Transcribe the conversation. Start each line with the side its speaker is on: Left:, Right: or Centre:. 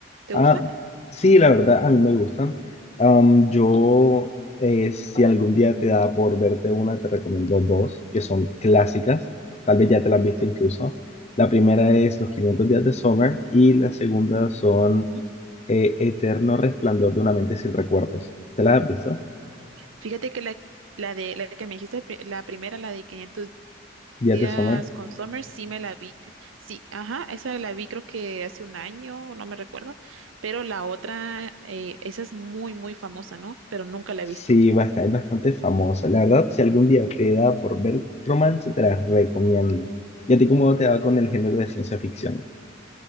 Right: ¿Te
Left: Ah,
Right: gusta?
Left: sí, la verdad, a mí me gustan. Am, yo, eh, si algún día te da por verte una, te recomiendo dos, que son clásicas. Tal vez ya te las viste incluso. La primera es Los quinientos días de Summer y la segunda son
Right: Ujú.
Left: eh, Eterno Resplandor de una mente sin recuerdos. ¿Te las has visto?
Right: Fíjate que la, la de la que me dijiste, pri- la primera, la de 500
Left: Días
Right: días
Left: de Summer.
Right: con Summer, sí me la vi. c- Sí, ajá, esa la vi creo que hace un año, no me recuerdo, pero la otra, eh, esa es muy, muy famosa, ¿no? Pero nunca la
Left: Sí,
Right: he visto.
Left: basta, es bastante famosa. La verdad, si algún día te da por ver romance, te la
Right: Ujú.
Left: recomiendo. ¿Y a ti cómo te
Right: Ujú.
Left: va con el género de ciencia ficción?